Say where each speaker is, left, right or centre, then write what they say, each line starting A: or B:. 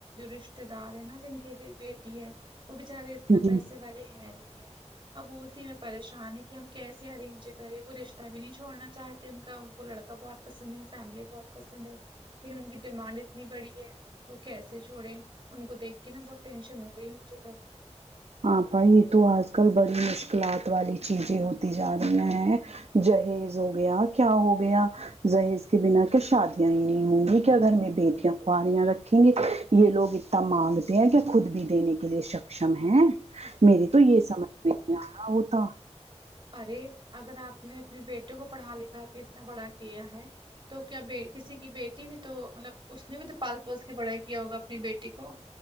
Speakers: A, on the right (about 45°); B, on the right (about 60°).
A: رشتے دار ہے نا جن کی بیٹی ہے وہ بچارے اتنا
B: جی
A: پیسے والے ہے نہیں ہے اب وہ اسی میں پریشان ہے کہ ہم کیسے ارینج کرے وہ رشتہ بھی نہیں چھڑنا چاہتے ان کا ان کو لڑکا بہت پسند ہے فیملی بہت پسند ہے لیکن ان کی ڈیمانڈ اتنی بڑی ہے وہ کیسے سے چھوڑے ان کو دیکھ کے نا بہت ٹینشن ہو گئی ہے مجھے کل
B: ہاں بھائی یہ تو آج کل بڑی مشکلات والی چیزیں ہوتی جا رہی ہیں جہیز ہو گیا کیا ہو گیا جہیز کے بنا کیا شادیاں ہی نہیں ہوں گی کیا گھر میں بیٹیاں کہریاں رکھیں گے یہ لوگ اتنا مانگتے ہیں کہ خود بھی دینے کے لیے سکشم ہے میری تو یہ سمجھ میں نہیں آ رہا ہوتا
A: ارے اگر آپ نے اپنے بیٹے کو پڑھا لکھا کے اتنا بڑا کیا ہے تو کیا کسی کی بیٹی بھی تو مطلب اس نے بھی تو پال پوس کے پڑھائی کیا ہوگا اپنی بیٹی کو